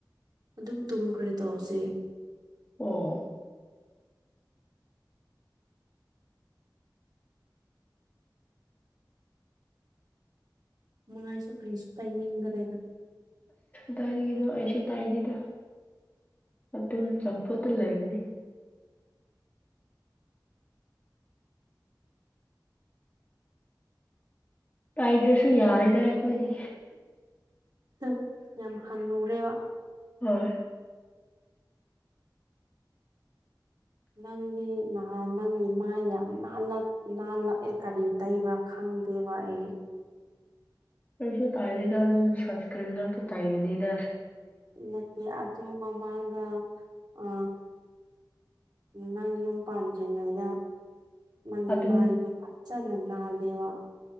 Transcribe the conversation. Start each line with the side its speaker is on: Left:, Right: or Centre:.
Right: ꯑꯗꯨꯝ ꯇꯨꯝ ꯈꯔꯤ ꯇꯧꯁꯦ
Left: ꯑꯣ
Right: ꯃꯥꯁꯨ ꯐ꯭ꯔꯦꯁ ꯇꯥꯏꯃꯤꯗꯔꯦꯗ
Left: ꯗꯥꯥꯏꯅꯤ ꯀꯅꯣ ꯑꯩꯁꯨ ꯇꯥꯏꯅꯤꯗ ꯑꯗꯨꯝ ꯆꯝꯐꯨꯠꯇ ꯂꯩꯒꯅꯤ ꯀꯥꯏꯗ꯭ꯔꯁꯨ ꯌꯥꯔꯦꯗ ꯑꯩꯈꯣꯏꯗꯤ
Right: ꯝ ꯌꯥꯝ ꯍꯟꯅꯨꯨꯔꯦ ꯋꯥ
Left: ꯍ <inaudible>
Right: ꯅꯪꯒꯤ ꯅꯍ ꯅꯪꯒꯤ ꯃꯥꯏ ꯌꯥꯝ ꯅꯥꯜꯂꯛꯑꯦ ꯀꯔꯤ ꯇꯩꯕ꯭ꯔꯥ ꯈꯪ ꯗꯦꯕꯥꯛꯑ
Left: ꯄꯩꯁꯨ ꯇꯥꯏꯗꯗ ꯑꯗꯨꯝ ꯁꯁꯀꯔꯅꯤꯡ ꯉ ꯇꯥꯏꯕꯤꯅꯤꯗ
Right: ꯅꯠꯇꯦ ꯑꯗꯨ ꯃꯃꯥꯡꯗ ꯑ ꯅꯪ ꯌꯨꯝ ꯄꯥꯟꯗ꯭ꯔꯤꯉꯩꯗ ꯅꯪꯒꯤ
Left: ꯑꯗꯨ
Right: ꯃꯥ ꯏꯗꯨ ꯐꯆꯅ ꯅꯜꯦ ꯋꯥ